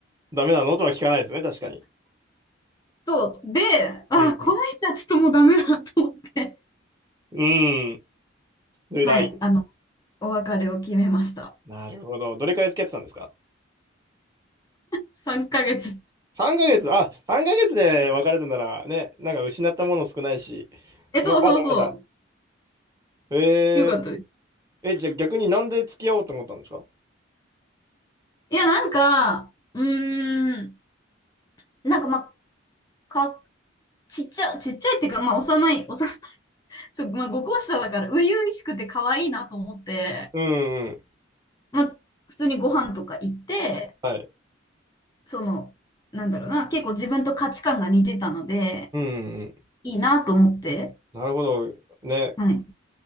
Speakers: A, on the right; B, on the left.
A: ダメなのとは聞かないですね、確かに。
B: そう。で、あ、
A: うん。
B: この人はちょっともうダメだなと思って。
A: うん。辛い。
B: はい、あの、お別れを決めました。
A: なるほど。どれくらい付き合ってたんですか
B: 3ヶ月。
A: ?3 ヶ月、あ、3ヶ月で別れたなら、ね、なんか失ったもの少ないし。
B: え、
A: まあ、
B: そうそうそ
A: まだまだ。えー、
B: う。よかったです。
A: え、じゃあ逆になんで付き合おうと思ったんですか
B: いや、なんか、うーん、なんかまあ、か、ちっちゃ、ちっちゃいっていうか、まあ、幼い、幼いそう、まあ、5校舎だから、初々しくて可愛いなと思って、
A: うんうん。
B: まあ、普通にご飯とか行って、
A: はい。
B: その、なんだろうな、結構自分と価値観が似てたので、
A: うんうん。
B: いいなと思って、
A: なるほど。ね。
B: はい。